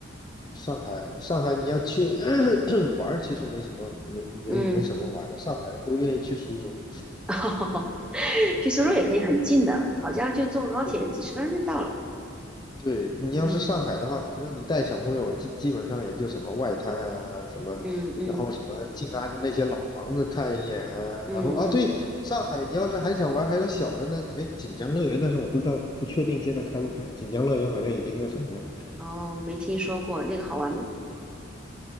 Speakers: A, on the left (about 20°); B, in the centre.
A: 上海，上海你要去 <coughs> <clears throat> 玩儿，其实没什么，没没没什么玩儿的，
B: 嗯，
A: 上海人都愿意去苏州。
B: <laughs> 去苏州也可以很近的，好像就坐高铁几十分钟就到了。
A: 对，对，你要是上海的话，
B: 嗯
A: 反正你带小朋友基基本上也就什么外滩啊，什么，
B: 嗯嗯
A: 然后什么静安的那些老房子看一眼啊，
B: 嗯嗯，
A: 然后啊，对，上海你要是还想玩还有小的呢，哎，锦江乐园，但是我不知道不确定现在开不开，锦江乐园好像已经那什么了。
B: 哦，没听说过那个好玩吗？